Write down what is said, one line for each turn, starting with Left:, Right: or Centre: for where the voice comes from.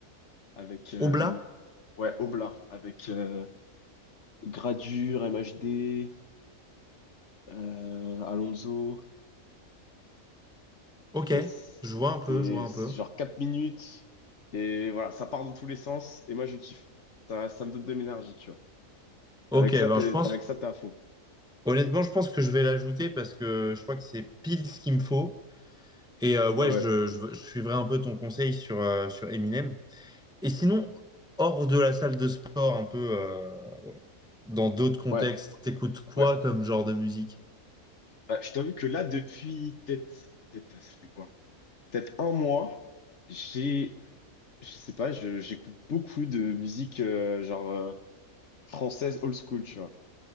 Left: avec euh,
Centre: Oblat?
Left: ouais Oblak avec euh, Gradure, MHD, euh, Alonso
Centre: Ok.
Left: et c'est
Centre: Je vois un peu, je vois un
Left: c'est
Centre: peu.
Left: genre quatre minutes et voilà ça part dans tous les sens et moi je kiffe ça ça me donne de l'énergie tu vois
Centre: Ok,
Left: avec ça
Centre: ben
Left: t'es
Centre: je pense,
Left: avec ça t'es à fond
Centre: honnêtement, je pense que je vais l'ajouter parce que je crois que c'est pile ce qu'il me faut. Et euh, ouais,
Left: ouais ouais
Centre: je, je, je suivrai un peu ton conseil sur, euh, sur Eminem. Et sinon, hors de la salle de sport, un peu euh, dans d'autres contextes,
Left: ouais
Centre: t'écoutes quoi
Left: ouais
Centre: comme genre de musique?
Left: Bah, je t'avoue que là depuis peut-être peut-être ça fait quoi peut-être un mois j'ai je sais pas je j'écoute beaucoup de musique euh, genre euh, française old school tu vois